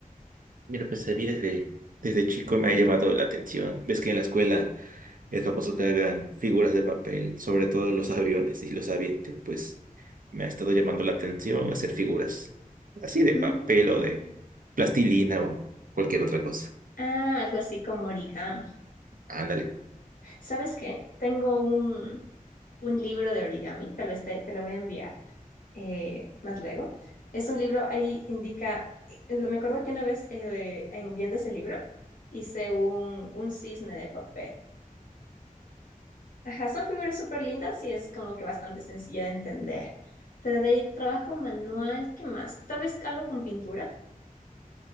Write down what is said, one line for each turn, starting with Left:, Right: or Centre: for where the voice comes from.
Right: Mira, pues a mí desde, desde chico me ha llamado la atención. Ves que en la escuela es famoso que hagan figuras de papel, sobre todo los aviones y los avientes. Pues me ha estado llamando la atención hacer figuras así de
Left: Mm,
Right: papel o de plastilina o cualquier otra cosa.
Left: Ah, algo así como origami.
Right: Ándale.
Left: ¿Sabes qué? Tengo un, un libro de origami, tal vez te, te lo voy a enviar eh, más luego. Es un libro, ahí indica, eh, me acuerdo que una vez eh, en- viendo ese libro hice un, un cisne de papel. Ajá, son figuras súper lindas y es como que bastante sencilla de entender. Pero de ahí trabajo manual, ¿qué más? Tal vez algo con pintura,